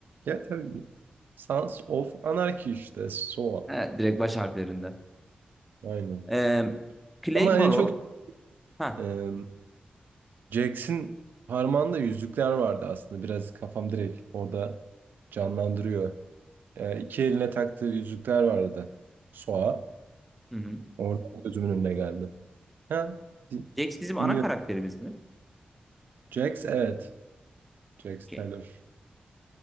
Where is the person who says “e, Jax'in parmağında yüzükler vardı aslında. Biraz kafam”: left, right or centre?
Right